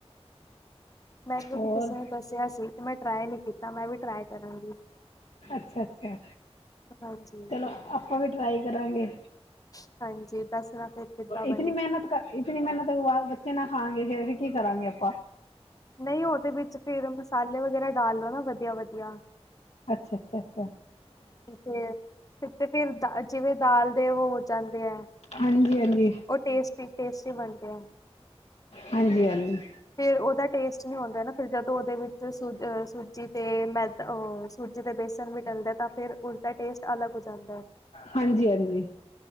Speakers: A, on the left; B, on the left.
A: ਮੈਂਨੂੰ
B: ਹੋਰ
A: ਵੀ ਕਿਸੇ ਨੂੰ ਦੱਸਿਆ ਸੀ ਤੇ ਮੈਂ ਟ੍ਰਈ ਨਹੀਂ ਕੀਤਾ ਮੈਂ ਵੀ ਟ੍ਰਈ ਕਰਾਂਗੀ।
B: ਅੱਛਾ-ਅੱਛਾ,
A: ਹਾਂਜੀ
B: ਚਲੋ ਆਪਾਂ ਵੀ ਟਰਾਈ ਕਰਾਂਗੇ।
A: ਹਾਂਜੀ, <unintelligible> ਬਣੇ
B: ਇਤਨੀ ਮਿਹਨਤ ਕਰ, ਇਤਨੀ ਮਿਹਨਤ ਬਾਅਦ ਬੱਚੇ ਨਾ ਖਾਣ ਗੇ। ਫਿਰ ਕੀ ਕਰਾਂਗੇ ਆਪਾਂ।
A: ਨਹੀਂ ਉਹਦੇ ਵਿੱਚ ਫਿਰ ਮਸਾਲੇ ਵਗੈਰਾ ਡਾਲ ਲੋ ਨਾ ਵਧੀਆ-ਵਧੀਆ।
B: ਅੱਛਾ-ਅੱਛਾ, ਅੱਛਾ, ਛਾ
A: ਫੇਰ, ਤੇ ਫਿਰ ਦ ਜਿਵੇਂ ਦਾਲ ਦੇ ਉਹ ਹੋ ਜਾਂਦੇ ਐ।
B: ਹਾਂਜੀ-ਹਾਂਜੀ
A: ਉਹ ਟੇਸਟੀ-ਟੇਸਟੀ ਬਣਦੇ ਆ।
B: ਹਾਂਜੀ-ਹਾਂਜੀ।
A: ਫ਼ਿਰ ਉਹਦਾ ਟੇਸਟ ਨੀ ਆਉਂਦਾ ਨਾ ਫਿਰ ਜਦੋਂ ਉਹਦੇ ਵਿੱਚ ਸੂਜੀ ਤੇ ਮੈਦਾ ਉਹ ਸੂਜੀ ਦੇ ਬੇਸਨ ਵੀ ਡਲਦਾ ਤਾਂ ਫਿਰ ਉਸਦਾ ਟੇਸਟ ਅਲੱਗ ਹੋ ਜਾਂਦਾ।
B: ਹਾਂਜੀ-ਹਾਂਜੀ।